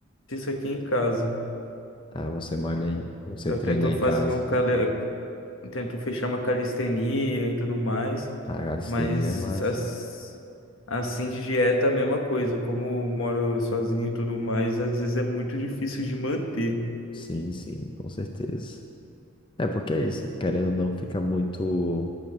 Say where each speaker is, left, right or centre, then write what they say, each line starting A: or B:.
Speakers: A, on the left; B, on the left.
A: aqui em casa.
B: Ah, você malha em, você
A: Eu
B: treina
A: tento
B: em
A: fazer
B: casa,
A: um
B: tá?
A: cali... eu tento fechar uma calistenia e tudo mais,
B: A calistenia
A: mas
B: é massa.
A: as- assim de dieta é a mesma coisa. Como eu moro sozinho e tudo mais, às vezes é muito difícil de manter.
B: Sim, sim, com certeza. É porque é isso, querendo ou não, fica muito.